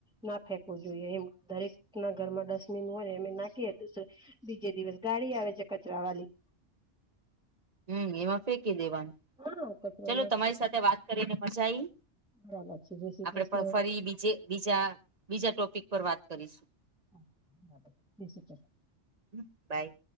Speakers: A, in the centre; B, on the right (about 35°).
A: ના ફેંકવું જોઈએ. એમ દરેકના ઘરમાં ડસ્ટબિન હોય ને એમે નાખીએ. બીજે દિવસે ગાડી આવે છે. કચરા વાલી
B: હમ એમાં ફેંકી દેવાનું
A: હા કચરામાં
B: ચલો તમારી સાથે વાત કરીને મજા આઈ
A: બરાબર છે જય શ્રી
B: આપણેે
A: કૃષ્ણ
B: ફરી બીજે બીજા બીજા ટોપિક પર વાત કરીશું.
A: <unintelligible>
B: હ બાય